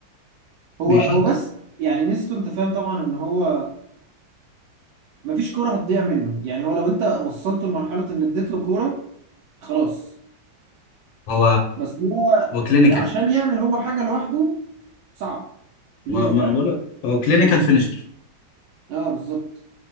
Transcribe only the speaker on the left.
بيشط
هو
هو كلينيكال
ما ما
انا بقول لك هو كلينيكال فينيشر